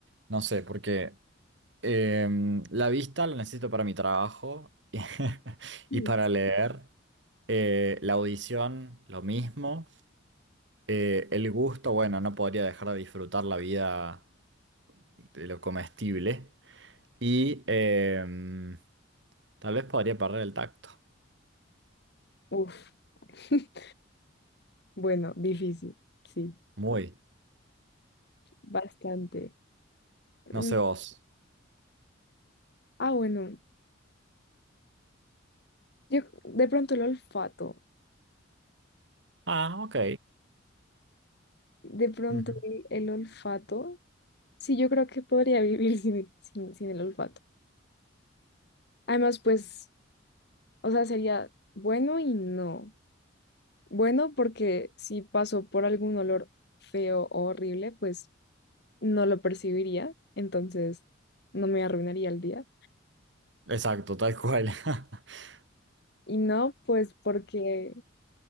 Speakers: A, on the right (about 60°); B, on the left (about 55°).
A: No sé, porque em, la vista la necesito para mi trabajo <laughs>
B: Mm.
A: y para leer. Eh, la audición, lo mismo. eh, el gusto, bueno, no podría dejar de disfrutar la vida de lo comestible. Y em, tal vez podría perder el tacto.
B: Uf. <laughs> Bueno, difícil, sí,
A: Muy.
B: bastante. Mm,
A: No sé vos.
B: Ah, bueno, yo de pronto el olfato,
A: Ah, ok.
B: de pronto
A: Ujú.
B: el, el olfato, sí, yo creo que podría <laughs> vivir sin, sin, sin el olfato. Además, pues, o sea, sería bueno y no. Bueno, porque si paso por algún olor feo o horrible, pues no lo percibiría, entonces no me arruinaría el día.
A: Exacto, tal cual. <laughs>
B: Y no, pues porque